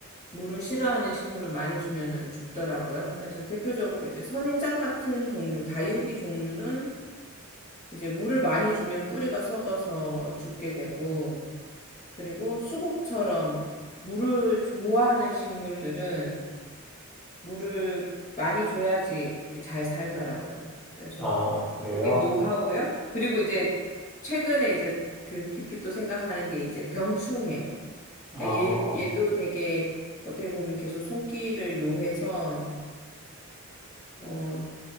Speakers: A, on the left; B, in the centre.
A: 물을 싫어하는 식물을 많이 주면은 죽더라고요. 그래서 대표적으로 이제 선인장 같은 종류, 다육이 종류는 이제 물을 많이 주면 뿌리가 썩어서 죽게 되고, 그리고 수국처럼 물을 좋아하는 식물들은 물을 많이 줘야지 이렇게 잘 살더라고요. 그래서
B: 아,
A: 뭐
B: 그래요?
A: 이게 노하우요. 그리고 이제 최근에 이제 그 깊이 또 생각하는 게 이제 병충해.
B: 아,
A: 그러니까 얘, 얘도 되게 어떻게 보면 계속 손길을 요해서, 어,